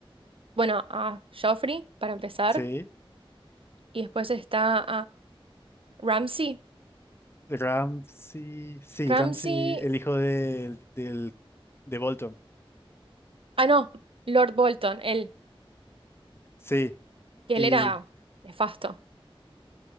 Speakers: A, on the right; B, on the left.
A: Bueno, a Joffrey, para empezar,
B: Sí.
A: y después está Ramsey.
B: Ramsey. Sí,
A: Ramsey,
B: Ramsey, el hijo del, del, de Bolton.
A: ah, no, Lord Bolton, él,
B: Sí.
A: que
B: Y
A: él era nefasto.